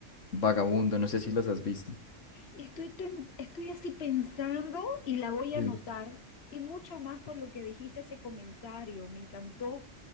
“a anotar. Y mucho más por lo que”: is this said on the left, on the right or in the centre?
Left